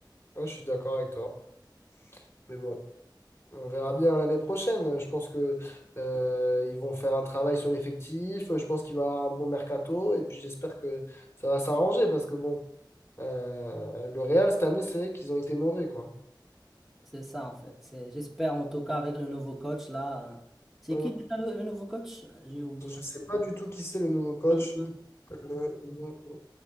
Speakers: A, on the left; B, in the centre.
A: Ouais, je suis d'accord avec toi. Mais bon, on verra bien l'année prochaine. Je pense que euh, ils vont faire un travail sur l'effectif. Je pense qu'il va y avoir un bon mercato. Et puis j'espère que ça va s'arranger parce que bon. Euh, le Real, cette année, c'est qu'ils ont été mauvais, quoi.
B: C'est ça, en fait. C'est- J'espère, en tout cas, avec le nouveau coach, là. euh, C'est
A: Hein.
B: qui déjà le, le nouveau coach? J'ai oublié.
A: Je ne sais pas du tout qui c'est le nouveau coach.
B: Mm, mm.
A: Le nouveau